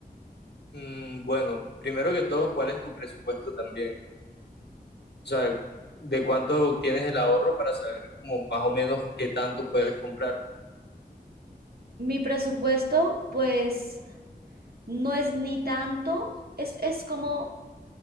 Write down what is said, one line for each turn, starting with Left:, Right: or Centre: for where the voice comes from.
Left: Mm, bueno, primero que todo, ¿cuál es tu presupuesto también? O sea, ¿de cuánto tienes el ahorro para saber como más o menos qué tanto puedes comprar?
Right: Mi presupuesto, pues no es ni tanto, es, es como,